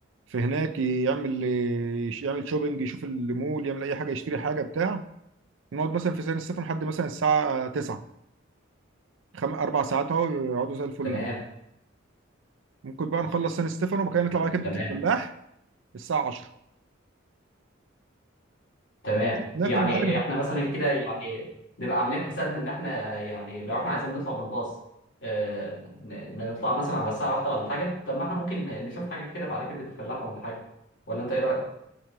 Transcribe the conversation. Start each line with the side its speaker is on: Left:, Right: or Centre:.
Right: في هناك يعمل يعمل شوبينج يشوف المول يعمل اي حاجه يشتري حاجه بتاع نقعد مثلا في سان ستيفانو لحد مثلا الساعه 9 خم... اربع ساعات اهو يقعدوا زي الفل
Left: تمام
Right: ممكن بقى نخلص سان ستيفانو وبعد كده نطلع
Left: لا
Right: بقى كبده
Left: تمام
Right: الفلاح الساعه 10
Left: تمام
Right: ناكل
Left: يعني
Right: يا معلم
Left: احنا مثلا كده يعني نبقى عاملين حسابنا ان احنا يعني لو احنا عايزين نطلع بالباص آه، ن- نطلع مثلا على الساعة واحدة ولا حاجة طب ما احنا ممكن نشوف حاجة كده بعد كده الفلاح ولا حاجة ولا انت ايه رأيك؟